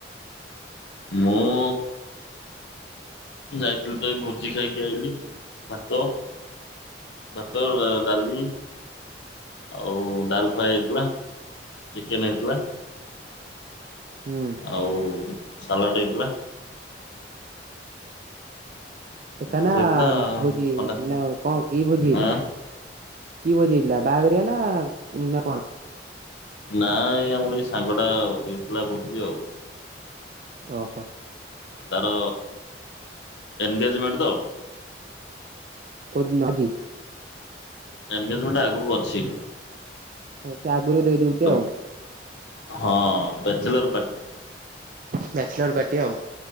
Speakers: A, on the left (about 75°); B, on the right (about 45°).
A: ମୁଁ ଯାଇଥିଲି ତ ଏଇ ଭୋଜି ଖାଇକି ଆଇଲିି। ଭାତ ଭାତ, ଡାଲି ଆଉ ଡାଲ୍ ଫ୍ରାଏ ହେଇଥିଲା। ଚିକେନ୍ ହେଇଥିଲା। <inaudible>
B: ହୁଁ।
A: ଆଉ ସାଲାଟ୍ ହେଇଥିଲା।
B: ଏକା
A: ଏତେ
B: ନା
A: ହେଇଥିଲା
B: ଭୋଜି
A: ଥଣ୍ଡା
B: ନା ଆଉ କଣ କି ଭୋଜି ହେଇଥିଲା?
A: ଆଁ
B: କି ଭୋଜି ହେଇଥିଲା? ବାହାଘରିଆ ନା, ନା କଣ?
A: ନାଇଁ ଏଇ ଆମର ଏଇ ସାଙ୍ଗଟା ଆଉ ଦେଇ ଥିଲା ଭୋଜି ଆଉ।
B: ଓହୋଃ।
A: ତାର ଏନଗେଜମେଣ୍ଟ୍ ତ
B: କଉ ଦିନ ଆଜି?
A: ଏନଗେଜମେଣ୍ଟ୍ ଆଗକୁ ଅଛି।
B: ହଉ ସେ ଆଗରୁ ଦେଇଦଉଛି
A: ତ
B: ଆଉ।
A: ହଁ ବ୍ୟାଚଲର ପାଟି।
B: ବ୍ୟାଚଲର୍ ପାର୍ଟି ଆଉ।